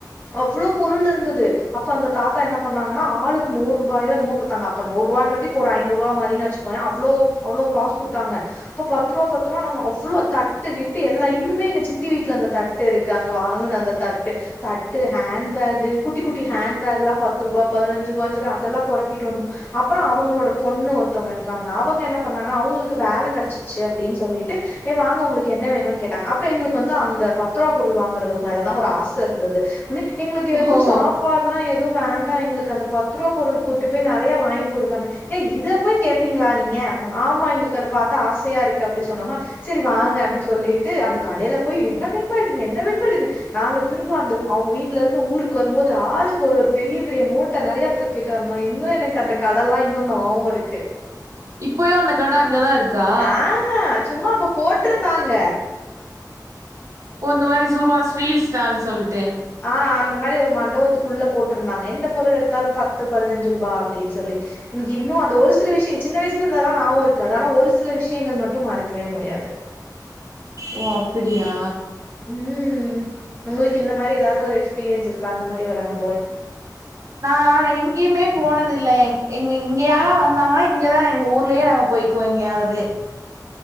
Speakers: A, on the left (about 30°); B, on the right (about 45°).
A: அவ்ளோ பொருள் இருந்தது அப்ப அந்த தாத்தா என்ன பண்ணாங்கன்னா ஆளுக்கு நூருபாயோ என்னமோ குடுத்தாங்க அப்ப நூருவான்றது இப்ப ஒரு ஐநூருவா மாரின்னு வச்சுக்கோய அவ்ளோ அவ்ளோ காச குடுத்தாங்க அப்ப பத்துருவா பத்துருபா நாங்க அவ்ளோ தட்டுக்கிட்டு எல்லா இன்னும் இன்னுமே எங்க சித்தி வீட்ல அந்த தட்டு இருக்கு அங்க வாங்குன அந்த தட்டு தட்டு ஹேண்ட்பேகு குட்டி குட்டி ஹேண்ட்பே குல்லா பத்துருபா பதினஞ்சு ருவான் சொல்லி அதெல்லா பொருக்கிட்டு வந்தொ அப்புறொ அவுங்களோட பொண்ணு ஒருத்தவ்ங்க இருக்காங்க அவங்க என்ன பண்ணாங்க அவுங்களுக்கு வேல கெடச்சிச்சு அப்டின் சொல்லிட்டு எ வாங்க உங்ககளுக்கு என்ன வேணுனு கேட் ப்ப எங்களுக்கு வந்து அந்த பத்துருவா பொருள் வாங்குறது மேலதா ஒரு ஆச இருந்தது ஒன்னே எங்களுக்கு
B: ஓஹோ
A: எதுவு சாப்பாடுலா எது து வேண்டா எங்களுக்கு அந்த பத்துருவா பொருள் கூட்டு போய் நெறைய வாங்கி குடுங்க அப்டின ஏ இத போய் கேப்பீங்ளா நீங்க ஆமா எங்களுக்கு அத பாத்தா ஆசையா இருக்கு அப்புடி சொன்னமா செரி வாங்க அப்டி சொல்லிட்டு அந்த கடைல போய் என்ன வேண்மோ எடுங்க என்ன வேணுமோ எடுங்க நாங்க திரும்ப அந்த அவுங்க வீட்லருந்து ஊருக்கு வரும் போது ஆளுக்கு ஒரு ஒரு பெரிய பெரிய மூட்ட நெறைய தூக்கிட்டு வந்தோ இன்னு எனக்கு அந்த கடல்லா இன்னு நாவோ இருக்கு
B: இப்பயு அந்த கட அங்கதா இருக்கா
A: ஆஹா சும்மா அப்ப போட்ருந்தாங்க
B: ஓ இந்த மாரி சுருவா ஸ்ட்ரீட் ஸ்டால் சொல்ட்டு
A: ஆ அந்த மாரி ஒரு மண்டபத்துக்குள்ள போட்ருந்தாங்க எந்த பொருள் எடுத்தாலும் பத்து பதினஞ்சு ருபா அப்டின் சொல்லி எனக்கு இன்னு அந்த ஒரு சில விஷ்ய சின்ன வயசுலந்தலா நாவொ இருக்காது ஆனா ஒரு சில விஷ்யங்கள் மட்டு மறக்கவே முடியாது
B: ஓ அப்பிடியா
A: உம் உங்களுக்கு இந்த மாரி எதாவ்து ஒரு எக்ஸ்பீரியன்ஸ் இருக் க்கா அந்த மாரி ஒரு அனு
B: நா எங்யுமே போனதில்ல எங்க இங்க யாரா வந்தாங்கா இங்கதா எங்க ஊர்லயே நாங்க போய்க்குவோ எங்யாவது